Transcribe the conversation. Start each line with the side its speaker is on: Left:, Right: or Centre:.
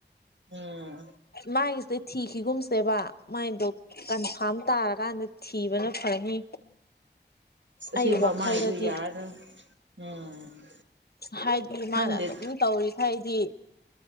Right: ꯎꯝ
Left: ꯃꯥꯒꯤꯁꯦ ꯊꯤꯈꯤꯒꯨꯝꯁꯦꯕ ꯃꯥꯏꯗꯣ ꯀꯟꯐꯥꯝ ꯇꯥꯔ ꯀꯥꯟꯗ ꯊꯤꯕꯅ ꯐꯪꯅꯤ
Right: ꯑꯁꯦꯡꯕ
Left: ꯑꯩ ꯋꯥꯈꯜꯗꯗꯤ
Right: ꯃꯥꯏꯗꯣ ꯌꯥꯔꯔꯣꯏ ꯎꯝ
Left: ꯍꯥꯏꯗꯤ
Right: ꯈꯪꯗꯦ
Left: ꯃꯥꯅ ꯑꯗꯨꯝ ꯇꯧꯔꯤꯈꯩꯗꯤ